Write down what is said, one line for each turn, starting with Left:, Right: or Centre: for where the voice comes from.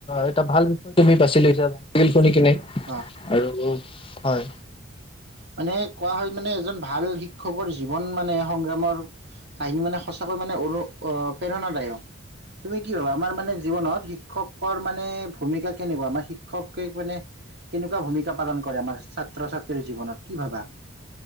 Left: এটা ভাল। তুমি বাচি লৈছা। শুনি কিনে
Right: অ
Left: আৰু। হয়।
Right: মানে কোৱা হয় মানে এজন ভাল শিক্ষকৰ জীৱন মানে সংগ্ৰামৰ। কাহিনী মানে সঁচাকৈ মানে অনু প্ৰেৰণাদায়ক। তুমি কি ভাবা আমাৰ মানে জীৱনত শিক্ষক। শিক্ষকৰ মানে ভূমিকা। কেনেকুৱা আমাৰ শিক্ষকে মানে কেনেকুৱা ভূমিকা পালন কৰে আমাৰ ছাত্ৰ ছাত্ৰীৰ জীৱনত। কি ভাবা?